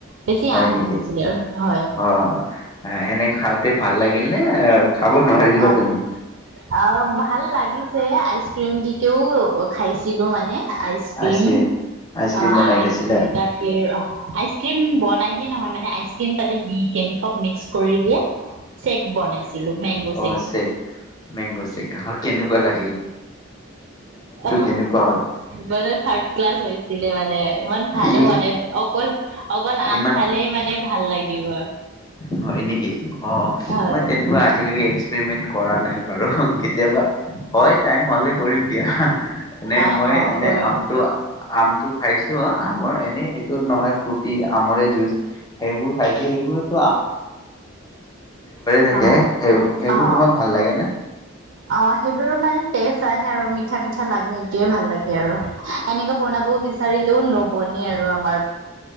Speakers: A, on the right; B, on the left.
A: বেছি
B: হয়
A: আম
B: নেকি?
A: হৈ গৈছিলে আৰু হয়।
B: অ', এনে খাওঁতে ভাল লাগিল নে খাব নোৱাৰিলা
A: অঁ
B: তুমি
A: অঁ ভাল লাগিছে আইচ ক্ৰীম দিকেও অঁ খাইছিলো মানে আইচ ক্ৰীম
B: আইচক্ৰীম? আইচক্ৰীম
A: অঁ
B: বনাই
A: আইচম
B: খাইছিলা?
A: গাখীৰ অ আইচক্ৰীম বনাইগে নহয় মানে আইচক্ৰীম তাতে দি কেনে চব মিক্স কৰি কে চেক বনাইছিলো মেংগজ
B: অঁ চেক মেংগ চেক কেনেকুৱা লাগে।
A: অঁ
B: কেনেকুৱা হ'ল?
A: মান থাৰ্ড ক্লাছ হৈছিলে মানে ইমান ভালো
B: ই
A: মোৱা নাই অকল অকল আম
B: ইমান
A: খালে মানে ভাল লাগিব
B: অঁ হয় নেকি অঁ
A: হয়
B: মই তেনেকুৱা আজিলৈকে এক্সপেৰিমেন্ট কৰা নাই বাৰু কেতিয়াবা হয় টাইম হলে কৰিম দিয়া এনে
A: অ
B: মই
A: অ
B: এনে
A: কৰিব
B: আমটো আমটো খাইছো আমৰ এনে নহয় ফ্ৰৰ্তি আমৰে যুজ সেইবোৰ খাইছো সেইবোৰত থাকে
A: অঁ
B: সেই সেইবোৰ
A: অঁ
B: তোমাক ভাল লাগে নে
A: অঁ সেইবোৰৰ মানে তেজ আহে আৰু মিঠা মিঠা লাগে এইটোয়ে ভাল লাগে আৰু এনেকে বনাব বিচাৰিলেও নবনে আৰু আমাৰ